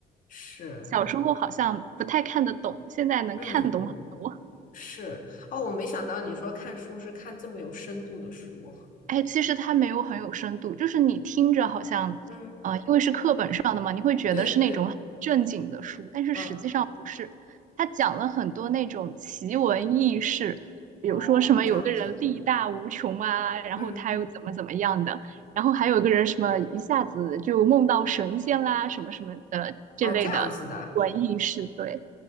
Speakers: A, on the left; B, on the right.
A: 是，
B: 小时候好像不太看得懂，现在能看懂很多。
A: 嗯是。哦，我没想到你说看书是看这么有深度的书。
B: 哎，其实它没有很有深度，就是你听着好像，
A: 嗯，
B: 呃，因为是课本上的嘛，你会觉得是那种很正经的书，
A: 对对，
B: 但是实际上不是。
A: 嗯，
B: 它讲了很多那种奇闻异事，比如说什么有个人力大无穷啊，
A: 哦，这样子。
B: 然后他又怎么怎么样的，
A: 嗯。
B: 然后还有个人什么一下子就梦到神仙啦，什么什么的这类的文艺事。
A: 哦，这样子的。
B: 对，